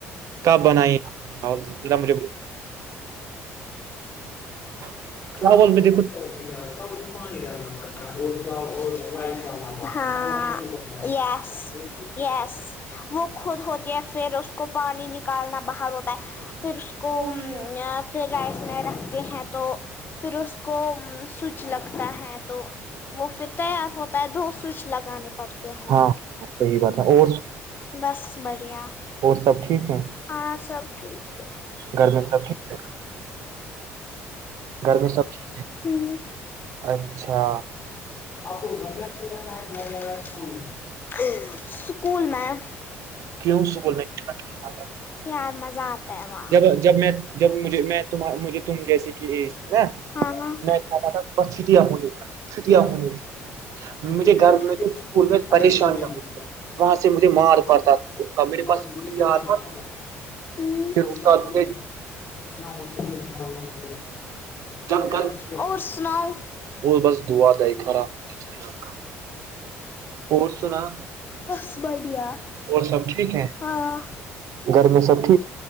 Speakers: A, on the right; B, on the left.
A: کب بنائیے چاول ذرا مجھے <unintelligible>
B: چاول
A: میں دیکھو
B: کو پانی ڈالنا پڑھتا ہے اور فری ہاں یس یس وہ خود ہوتی ہے پھر اس کو پانی نکالنا باہر ہوتا ہے پھر اس کو
A: چاول
B: پھر رائس میں رکھتے ہیں تو پھر اس کو سوچ لگتا ہے تو وہ پھر تیار ہوتا ہے دو سوچ لگانے پڑتے ہیں
A: ہاں ہاں، صحیح بات ہے اور
B: بس بڑھیا
A: اور سب ٹھیک ہے
B: ہاں سب ٹھیک ہے
A: گھر میں سب ٹھیک گھر میں سب ٹھیک ہے
B: ہ
A: اچھا
B: آپ کو گھر میں رہنا اچھا لگتا ہے یا سکول میں اسکول میں
A: کیوں اسکول میں اچھا لگتا تھا؟
B: یار مزہ آتا ہے وہاں
A: جب جب میں جب مجھے میں تم مجھے تم جیسے کہ ایج تھی نا
B: ہاں ہاں
A: میں چاہتا تھا بس چھٹیاں ہونے کا، چھٹیاں
B: آپ
A: ہونے
B: <unintelligible> <unintelligible>
A: کا۔ مجھے گھر میں تو اسکول میں پریشان نہ ہو وہاں سے مجھے مار پڑتا تھا تب میرے پاس یار پر پھر استاد کے
B: جتنا ہو سکے اتنا
A: چپ کر
B: اور سناؤ
A: اور بس دعا دوئی خارا <inaudible> اور سنا
B: بس بڑھیا
A: اور سب ٹھیک ہیں
B: ہاں
A: گھر میں سب ٹھیک